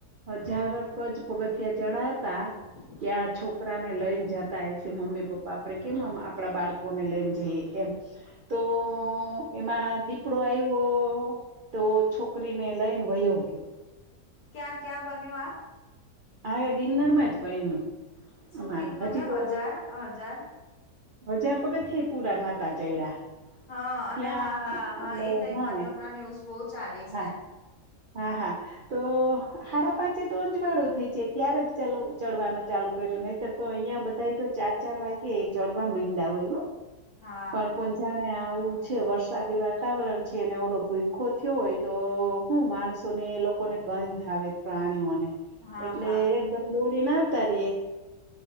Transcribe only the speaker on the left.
હા <unintelligible>
ક્યાં ક્યાં બન્યું આ?
શું
કીધું
તમે
હજાર હજાર?
હા અને
હા હા હા
એ તય
બન્યું હમણાં ન્યૂઝ બહુ ચાલી
છે.
હા
હા
હા